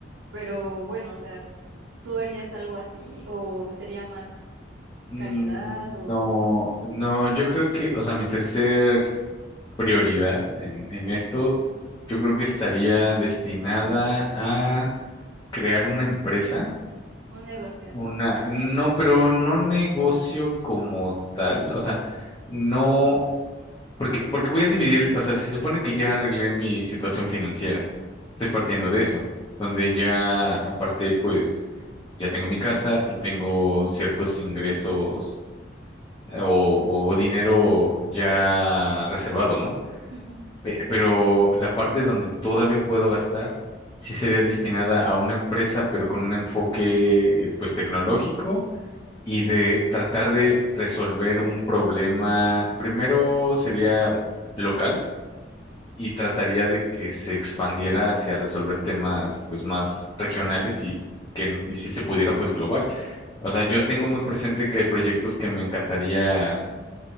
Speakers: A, on the right (about 70°); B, on the left (about 25°).
A: pero bueno, o sea, ¿tú harías algo así o sería más
B: Mm,
A: caridad o
B: No, no, yo creo que, o sea, mi tercer prioridad en, en esto, yo creo que estaría destinada a crear una empresa,
A: un negocio,
B: una,
A: ¿no?
B: no, pero no negocio como tal, o sea, no, porque, porque voy a dividir, o sea, se supone que ya arreglé mi situación financiera, estoy partiendo de eso, donde ya aparte, pues, ya tengo mi casa y tengo ciertos ingresos eh, o, o dinero ya reservado, ¿no?
A: Ujú.
B: Pe- Pero la parte donde todavía puedo gastar sí sería destinada a una empresa, pero con un enfoque pues tecnológico y de tratar de resolver un problema. Primero sería local y trataría de que se expandiera hacia resolver temas pues más regionales y que n- y si se pudiera pues global. O sea, yo tengo muy presente que hay proyectos que me encantaría